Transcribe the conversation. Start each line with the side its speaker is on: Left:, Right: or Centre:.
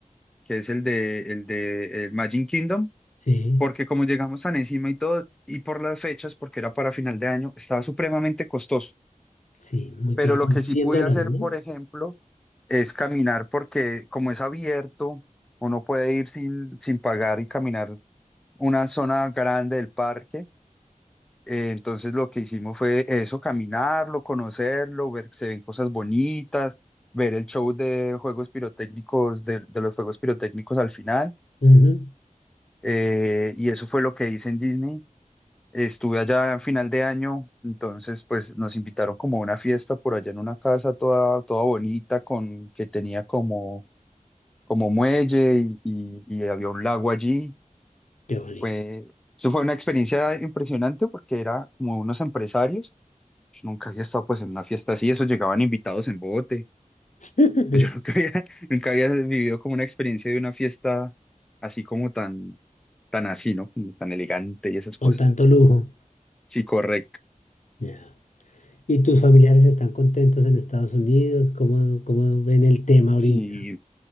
Centre: que es el de, el de el Magic Kingdom,
Left: Sí,
Centre: porque como llegamos tan encima y todo, y por las fechas, porque era para final de año, estaba supremamente costoso.
Left: sí, muy
Centre: Pero
Left: caro,
Centre: lo
Left: como
Centre: que
Left: cien
Centre: sí pude
Left: dólares,
Centre: hacer,
Left: ¿no?
Centre: por ejemplo, es caminar, porque como es abierto, uno puede ir sin, sin pagar y caminar una zona grande del parque. Eh, entonces lo que hicimos fue eso, caminarlo, conocerlo, ver que se ven cosas bonitas, ver el show de juegos pirotécnicos, de de los juegos pirotécnicos al final
Left: Ujú,
Centre: Eh, y eso fue lo que hice en Disney. Estuve allá a final de año, entonces pues nos invitaron como a una fiesta por allá en una casa toda, toda bonita con que tenía como, como muelle y, y- y había un lago allí.
Left: Qué bonito.
Centre: Fue, eso fue una experiencia impresionante porque era como unos empresarios. Nunca había estado pues en una fiesta así, eso llegaban invitados en bote.
Left: <laughs>
Centre: Pues yo nunca había, <laughs> nunca había vivido como una experiencia de una fiesta así como tan, tan así, ¿no? Como tan elegante y esas cosas.
Left: Con tanto lujo.
Centre: Sí, correcto.
Left: Ya. ¿Y tus familiares están contentos en Estados Unidos? ¿Cómo, cómo ven el tema ahorita?
Centre: Sí,